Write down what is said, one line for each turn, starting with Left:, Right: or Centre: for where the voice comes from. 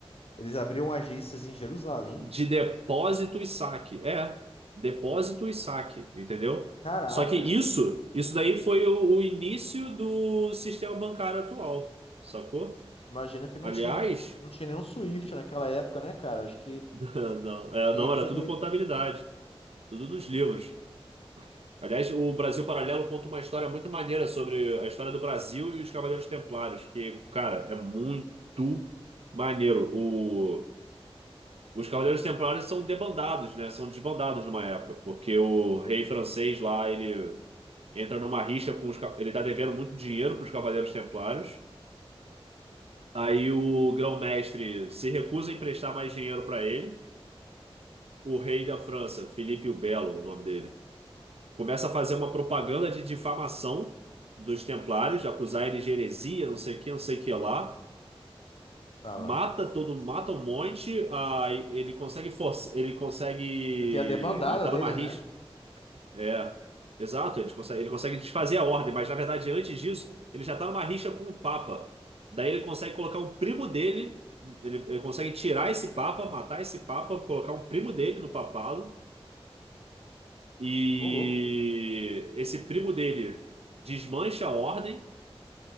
Left: Eles abriram agências em Jerusalém?
Right: De depósito e saque. É, depósito e saque, entendeu?
Left: Caraca,
Right: Só que isso,
Left: isso-
Right: isso daí foi o, o início do sistema bancário atual, sacou?
Left: imagino que não
Right: Aliás,
Left: tinha, não tinha nenhum Swift naquela época, né, cara? Acho que
Right: <laughs> não, é,
Left: tinha
Right: não,
Left: que.
Right: era tudo contabilidade, tudo nos livros. Aliás, o Brasil Paralelo conta uma história muito maneira sobre a história do Brasil e os Cavaleiros Templários, que, cara, é muito maneiro. O, Os Cavaleiros Templários são debandados, né? São desbandados numa época, porque o rei francês lá, ele entra numa rixa com os... ca- Ele tá devendo muito dinheiro para os Cavaleiros Templários. Aí o grão-mestre se recusa a emprestar mais dinheiro para ele. O rei da França, Felipe o Belo, o nome dele, começa a fazer uma propaganda de difamação dos Templários, acusar eles de heresia, não sei o que, não sei o que lá.
Left: Ah lá.
Right: Mata todo, mata um monte, aí ele consegue força, ele consegue,
Left: Tem
Right: ele
Left: a debandada
Right: tá
Left: deles,
Right: numa rixa
Left: né?
Right: É, exato, ele consegue, ele consegue desfazer a ordem, mas na verdade, antes disso, ele já está numa rixa com o Papa. Daí ele consegue colocar um primo dele, ele, ele consegue tirar esse Papa, matar esse Papa, colocar um primo dele no papado, e
Left: Ô, louco.
Right: esse primo dele desmancha a ordem,